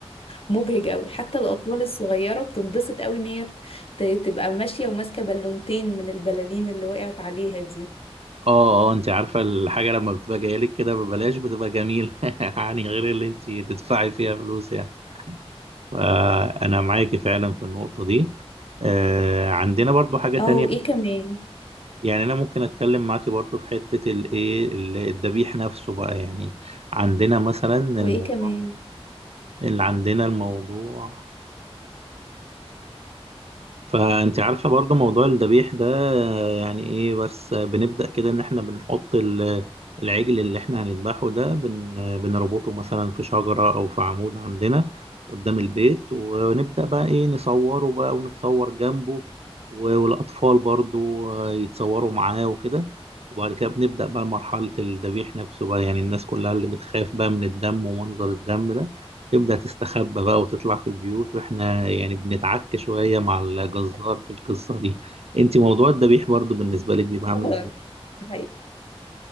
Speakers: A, on the left; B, on the right.
A: مبهج قوي حتى الأطفال الصغيرة بتنبسط قوي إن هي ت- تبقى ماشية وماسكة بالونتين من البلالين اللي وقعت عليها دي
B: اه اه انت عارفة الحاجة لما بتبقى جاية لك كده ببلاش بتبقى جميلة <laughs> يعني غير اللي انت تدفعي فيها فلوس يعني فأنا معاكي فعلا في النقطة دي آه، عندنا برضو حاجة تانية
A: اه وإيه كمان
B: يعني أنا ممكن أتكلم معاكي برضو في حتة الإيه ال- الذبيح نفسه بقى يعني عندنا مثلا الموضوع
A: وإيه كمان
B: اللي عندنا الموضوع فانت عارفه برضه موضوع الذبيح ده آه، يعني ايه بس بنبدا كده ان احنا بنحط ال- العجل اللي احنا هنذبحه ده بن آه، بنربطه مثلا في شجره او في عمود عندنا قدام البيت ونبدا بقى ايه نصوره بقى ونتصور جنبه و- والاطفال برضه آه، يتصوروا معاه وكده وبعد كده بنبدا بقى مرحله الذبيح نفسه بقى يعني الناس كلها اللي بتخاف بقى من الدم ومنظر الدم ده تبدأ تستخبى بقى وتطلع في البيوت واحنا يعني بنتعك شوية مع الجزار في القصة دي انت موضوع الذبيح برضو بالنسبة لك بيبقى عامل
A: <laughs>
B: ازاي
A: ده حقيقي.